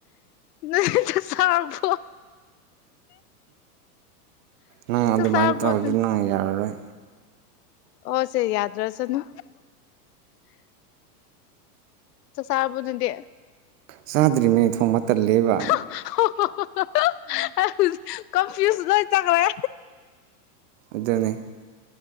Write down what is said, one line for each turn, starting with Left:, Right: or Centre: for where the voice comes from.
Left: ꯅꯪ ꯆꯥꯛ ꯆꯔꯕ‌ꯣ
Right: ꯅꯪ ꯑꯗꯨꯃꯥꯏꯅ
Left: ꯆꯥꯛ ꯆꯥꯔꯕꯣ
Right: ꯇꯧꯔꯗꯤ
Left: ꯑꯗꯨꯗꯤ
Right: ꯅꯪ ꯌꯔꯥꯔꯣꯏ
Left: ꯑꯣ ꯁ‌ꯦ ꯌꯗ꯭ꯔꯥꯁꯅꯨ ꯆꯥꯛ ꯆꯔꯕ‌ꯣ ꯅꯪ ꯗꯤ
Right: ꯆꯥꯗ꯭ꯔꯤꯅ‌ꯦ ꯊꯣꯡꯕꯥ ꯇꯜꯂꯦꯕꯥ
Left: <unintelligible> ꯀꯝꯐ꯭ꯌꯨꯁ ꯂꯣꯏ ꯆꯠꯈ꯭ꯔꯦ
Right: ꯑꯗꯨꯅ‌ꯦ